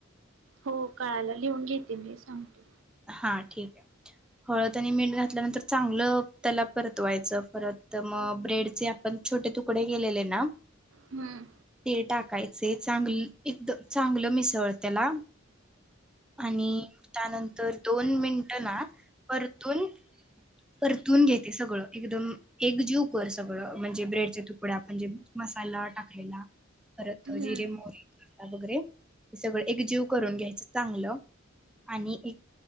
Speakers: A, on the right (about 70°); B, in the centre.
A: हो कळाला लिहून घेते मी सांग तु
B: हा ठीक आहे हळद आणि मीठ घातल्यानंतर चांगलं त्याला परतवायचं परत मग ब्रेडचे आपण छोटे तुकडे केलेले ना
A: हम्म
B: ते टाकायचे चांगल एकदम चांगलं मिसळ त्याला आणि त्यानंत तर दोन मिनटं ना परतून परतून घेते सगळं एकदम एक जीव कर सगळं म्हणजे ब्रेडचे तुकडे आपण जे मसाला टाकलेला परत
A: हम्म
B: जिरे मोरी वगैरे हे सगळं एकजीव करून घ्यायचं चांगलं आणि एक